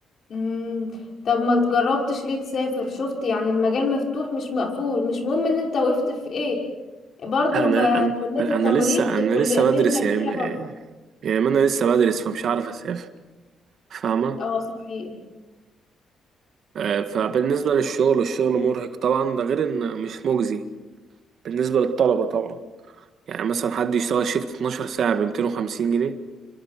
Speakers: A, on the left; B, on the right.
A: مم. طب ما جربتش ليه تسافر شفت يعني المجال مفتوح مش مقفول مش مهم ان انت وقفت في ايه برضو
B: انا
A: ما
B: انا
A: كلية
B: انا
A: التمريض
B: لسه
A: دي
B: انا
A: كلية
B: لسه
A: مهنة
B: بدرس
A: كبيرة
B: يعني م-
A: برضو
B: يعني ما انا لسه بدرس فمش عارف اسافر فاهمه
A: اه صحيح
B: آه، فبالنسبه للشغل الشغل مرهق طبعا ده غير ان مش مجزي بالنسبه للطلبه طبعا يعني مثلا حد يشتغل شيفت 12 ساعه ب 250 جنيه